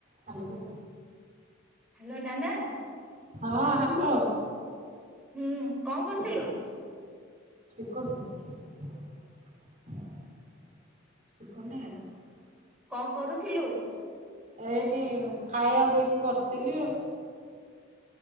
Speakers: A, on the right; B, in the centre.
A: ହାଲୋ।
B: ହ୍ୟାଲୋ ନାନା।
A: ହଁ ହ୍ୟାଲୋ।
B: ହୁଁ କଣ କରୁଥିଲୁ।
A: ସ୍ପିକର ଦିଅ <unintelligible>
B: କଣ କରୁଥିଲୁ।
A: ଏଇଠି ଖାଇବାକୁ ଦେଇକି ବସିଥିଲି ଆଉ।